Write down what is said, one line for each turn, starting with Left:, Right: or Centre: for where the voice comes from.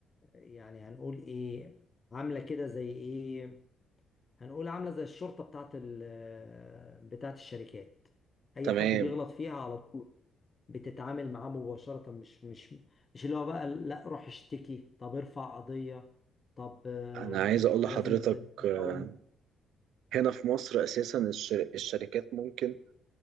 Left: يعني هنقول ايه عاملة كده زي ايه هنقول عاملة زي الشرطة بتاعت ال بتاعت الشركات اي
Right: تمام
Left: حد بيغلط فيها على طول بتتعامل معاه مباشرة مش مش مش اللي هو بقى لا روح اشتكي طب ارفع قضية طب آه،
Right: انا عايز اقول لحضرتك
Left: لازم تقوم
Right: آه، هنا في مصر اساسا الشر- الشركات ممكن